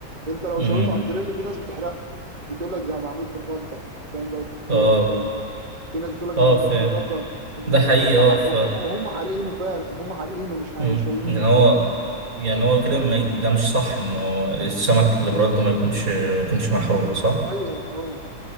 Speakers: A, on the right (about 35°); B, on the right (about 70°).
A: انت لو
B: مم.
A: شويته على الجريل في ناس بتحرقه وتقول لك ده معمول بالرده انت فاهم لو انت
B: اه
A: لو انت فاهم بقى. في ناس بتقول لك
B: اه
A: ده معمول
B: فاهم
A: بالرده وهم
B: ده حقيقي اه
A: ح-
B: ف
A: وهم حارقينه فعلا هم حارقينه مش ح-
B: مم.
A: مش شاوينه
B: يعني
A: بالرده
B: هو يعني هو كده ما ي- ده مش صح انه السمك اللي برده ما يكونش ما يكونش محروق صح؟
A: ايوه اه